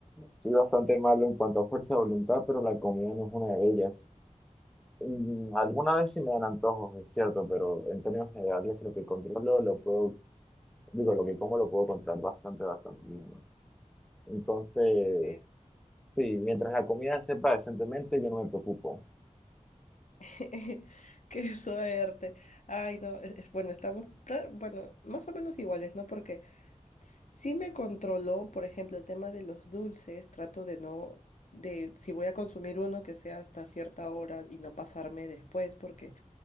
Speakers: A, in the centre; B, on the left.
A: soy bastante malo en cuanto a fuerza de voluntad, pero la comida no es una de ellas. Mm, Alguna vez sí me dan antojos, es cierto, pero en términos generales lo que controlo lo puedo, digo, lo que como lo puedo controlar bastante, bastante bien. Entonces,
B: Ay,
A: sí, mientras la comida sepa decentemente, yo no me preocupo.
B: <laughs> Qué suerte. Ay, no, es, es- bueno, estamos, pra- bueno, más o menos iguales, ¿no? Porque sí me controló, por ejemplo, el tema de los dulces, trato de no, de si voy a consumir uno que sea hasta cierta hora y no pasarme después, porque